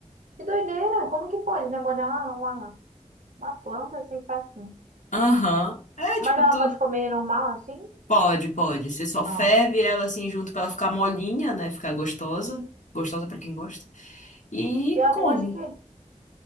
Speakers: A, on the right; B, on the left.
A: Que doideira! Como que pode, né? Molhar uma, uma, uma planta assim, ficar assim.
B: Aham. É,
A: Mas
B: tipo,
A: ela
B: tu...
A: pode comer normal, assim?
B: Pode, pode. Você só ferve
A: Ah.
B: ela, assim, junto pra ela ficar molinha, né? Ficar gostosa. Gostosa pra quem gosta. E
A: E ela
B: come.
A: tem gosto de quê?